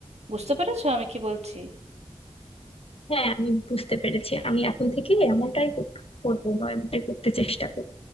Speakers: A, on the right; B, on the left.
A: বুঝতে পেরেছো আমি কি বলছি
B: হ্যাঁ আমি বুঝতে পেরেছি আমি এখন থেকে এমনটাই করব বা এমনটাই করতে চেষ্টা করব